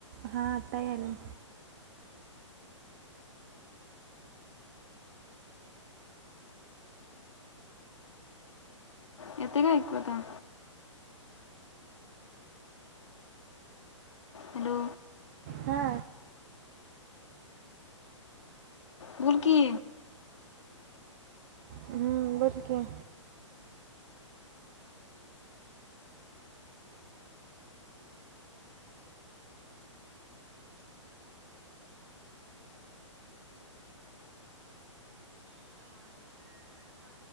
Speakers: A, on the right; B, on the left.
A: हा आता यालय
B: येतय काय ऐकु आता हॅलो
A: हा
B: बोलकीी
A: हम्म बोल कि